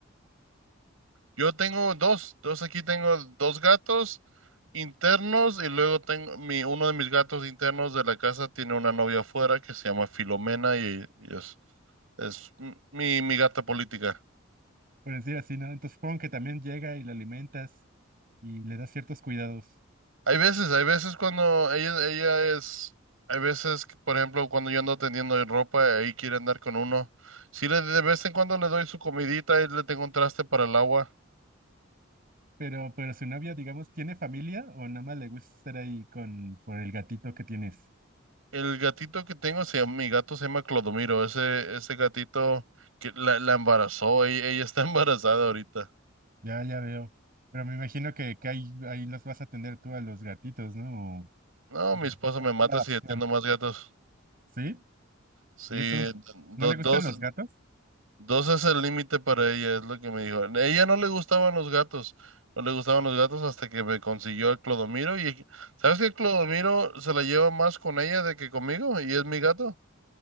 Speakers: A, on the right (about 85°); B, on the right (about 45°).
A: Yo tengo dos, dos aquí tengo dos gatos internos y luego tengo mi uno de mis gatos internos de la casa tiene una novia afuera que se llama Filomena y, y es, es m- mi, mi gata política.
B: Por decir así, ¿no? Entonces supongo que también llega y le alimentas y le das ciertos cuidados.
A: Hay veces, hay veces cuando ella, ella es, hay veces que, por ejemplo, cuando yo ando tendiendo ropa, ahí quiere andar con uno. Sí, le, de vez en cuando le doy su comidita y le tengo un traste para el agua.
B: Pero, pero su novia, digamos, ¿tiene familia o nada más le gusta estar ahí con, por el gatito que tienes?
A: El gatito que tengo se llama, mi gato se llama Clodomiro. Ese, ese gatito que la, la embarazó, ella, ella está <laughs> embarazada ahorita.
B: Ya, ya veo. Pero me imagino que, que ahí, ahí los vas a atender tú a los gatitos, ¿no? O,
A: No,
B: O
A: mi
B: les
A: esposa
B: vas a
A: me
B: dar
A: mata
B: en adopción.
A: si atiendo más gatos.
B: ¿Sí?
A: Sí,
B: ¿Y eso? ¿No
A: do-
B: le
A: dos,
B: gustan los gatos?
A: dos es el límite para ella, es lo que me dijo. A ella no le gustaban los gatos, no le gustaban los gatos hasta que me consiguió el Clodomiro. Y sabes que Clodomiro se la lleva más con ella de que conmigo y es mi gato.